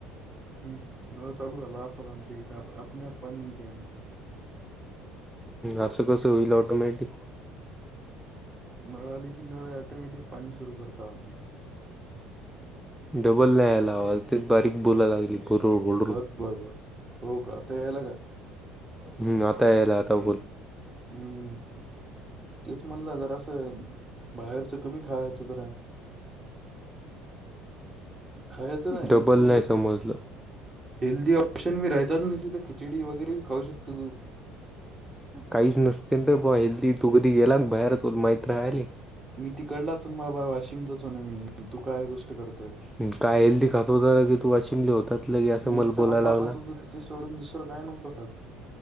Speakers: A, on the right; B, in the centre.
A: हम्म. नळ चालू झाल असल आमच्या हीत आपण आप येत्या आमच्या हीत.
B: असं कसं होईल ऑटोमॅटि
A: नळ आली की नळ ऑटोमॅटिक पाणी सुरू करतात आमच्या हित.
B: डबल यायला आवाज ते बारीक बोलाला लागली फुरू होल
A: बर बर. हो का आता यायला का?
B: हम्म. आता यायलाय आता बोल.
A: हम्म. तेच म्हणलं जरास बाहेरच कमी खायचं जरा. खायचं ना
B: डबल
A: एक मिनिट
B: नाही समजलं
A: हे हेल्दी ऑप्शन मी राहतात नाही तर खिचडी वगैरे बी खाऊ शकतो तू.
B: काहीच नसते रे बा हेल्दी तू कधी गेला बाहेर तुला माहीत राहली.
A: मी तिकडला असन बाबा वाशिमचाच हो ना मी तू काय गोष्ट करतोय?
B: हं, काय हेल्दी खात होता की तू वाशिमले होतात लगे असं
A: मेसचा
B: मला बोलायला
A: डबा
B: लागला.
A: खात होतो तिथे सोडून दुसरं काय नव्हतो खात.